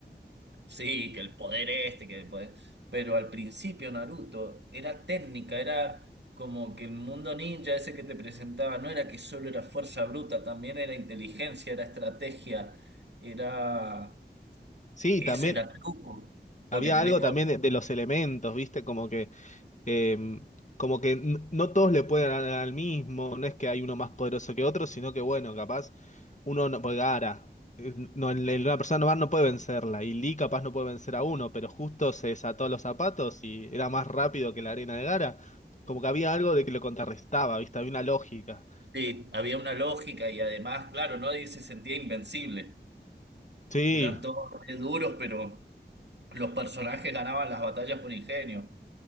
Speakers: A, on the right; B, on the left.
A: Sí, que el poder este, que el poder... Pero al principio Naruto era técnica, era como que el mundo ninja ese que te presentaba no era que solo era fuerza bruta, también era inteligencia, era estrategia, era...
B: Sí,
A: e- Eso
B: también
A: era truco,
B: había
A: porque tenés
B: algo
A: con...
B: también de, de los elementos, ¿viste? Como que Eh, como que n- no todos le pueden ganar al mismo, no es que hay uno más poderoso que otro, sino que bueno, capaz uno no puede Gaara, eh, No, el- el- una persona normal no puede vencerla, y Lee capaz no puede vencer a uno, pero justo se desató los zapatos y era más rápido que la arena de Gara Como que había algo de que lo contrarrestaba, ¿viste? Había una lógica.
A: Sí, había una lógica y además, claro, nadie se sentía invencible.
B: Sí,
A: Eran todos re duros, pero los personajes ganaban las batallas con ingenio.